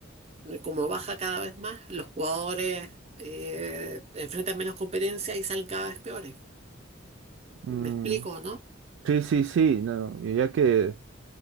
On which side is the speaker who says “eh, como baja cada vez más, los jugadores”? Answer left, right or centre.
Right